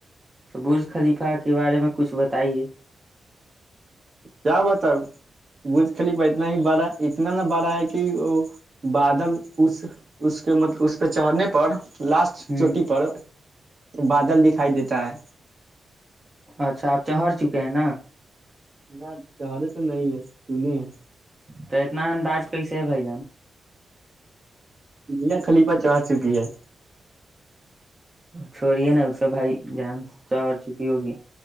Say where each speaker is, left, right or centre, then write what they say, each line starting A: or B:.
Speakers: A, on the right; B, on the right.
A: تو برج خلیفہ کے بارے میں کچھ بتائیے
B: کیا بتا بوج خلی پہ اتنا ہی بڑا اتنا نہ بڑا ہے کہ وہ بادل اس اس کے مطلب اس پہ چڑھنے پر لاسٹ
A: ہ
B: چوٹی پر بادل دکھائی دیتا ہے
A: اچھا آپ چڑھر چکے ہیں نا
B: نہ چہارے تو نہیں ہے سنے ہیں
A: تو اتنا انداز پیسے ہے بھائی جان
B: میا خلیفا چا چکی ہے
A: چھوڑی ہے نا اس سے بھائی جان چا اور چھپی ہوگی